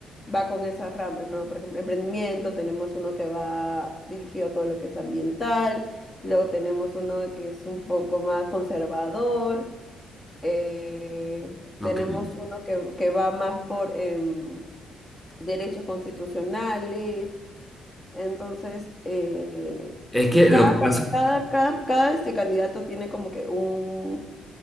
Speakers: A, on the left; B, in the centre.
A: va con esas ramas, ¿no? Por ejemplo, emprendimiento, tenemos uno que va dirigido a todo lo que es ambiental, luego tenemos uno que es un poco más conservador, eh,
B: ok.
A: tenemos uno que, que va más por em, derechos constitucionales, entonces, eh,
B: Es que
A: cada,
B: lo que pasa,
A: cada, cada, cada, este candidato tiene como que un,